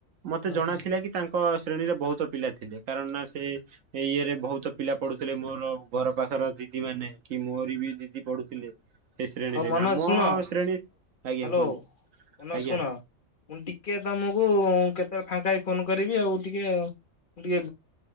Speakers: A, on the right; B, on the left.
A: ମତେ
B: ଓହୋ
A: ଜଣା ଥିଲା କି ତାଙ୍କ ଶ୍ରେଣୀରେ ବହୁତ ପିଲା ଥିଲେ କାରଣ ନା ସେ ଇଏରେ ବହୁତ ପିଲା ପଢୁଥିଲେ ମୋର ଘର ପାଖର ଦିଦି ମାନେ କି ମୋର ବି ଦିଦି ପଢୁଥିଲେ ସେ ଶ୍ରେଣୀରେ
B: ହଉ ମନ
A: ଆମ
B: ଶୁଣ
A: ଶ୍ରେଣୀ ଆଜ୍ଞା
B: ହ୍ୟାଲୋ!
A: କୁହନ୍ତୁ
B: କନ
A: ଆଜ୍ଞା
B: ଶୁଣ ମୁଣି ଟିକେ ତମକୁ କେତେବେଳେ ଫାଙ୍କା ଫୋନ କରିବି ଆଉ ଟିକେ ଟିକେ